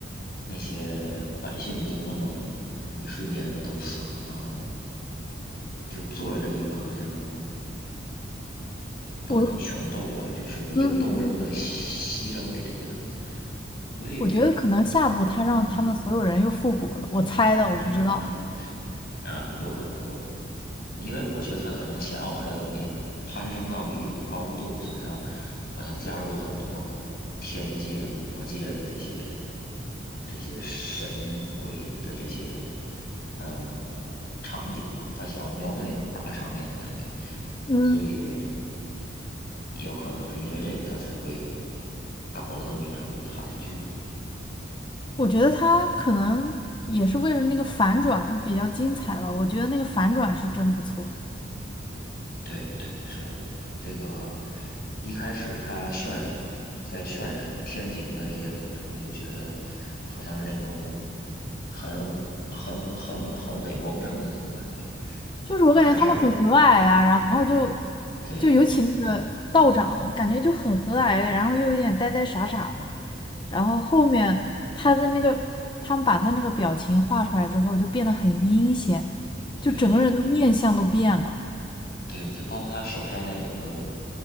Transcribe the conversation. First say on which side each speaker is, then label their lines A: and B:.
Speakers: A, on the left; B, on the left.
A: 那些百姓，就那么一瞬间就都死了，然后就作为了一个好像不能叫权斗吧，
B: 我，
A: 就是一个斗争的牺牲品这样子。
B: 嗯嗯嗯，
A: 所以，
B: 我觉得可能下部他让他们所有人又复活了，
A: 嗯
B: 我猜的，我不知道。
A: 嗯 <laughs> 啊，有可能，有可能。因为我觉得他可能想要把这个东西攀升到一定的高度，所以他好像加入了很多天界、魔界的这些这些神鬼的这些呃场景吧，他想要描绘那种大场面的感觉，
B: 嗯，
A: 所以也有可能是因为这个他才会搞了这么一出惨剧。
B: 我觉得他可能也是为了那个反转比较精彩吧，我觉得那个反转是真不错。
A: 对对，是的，这个一开始他渲染在渲染天庭的这些人的时候，就觉得好像是那种很很很很伪光正的那种感觉。
B: 就是我感觉他们很和蔼呀、
A: 然后，但是
B: 然后就
A: 对
B: 就尤其那个道长，感觉就很和蔼，然后又有点呆呆傻傻的，然后后面他的那个，他们把他那个表情画出来之后，就变得很阴险，就整个人的面相都变了。
A: 对对，就包括他手下那两个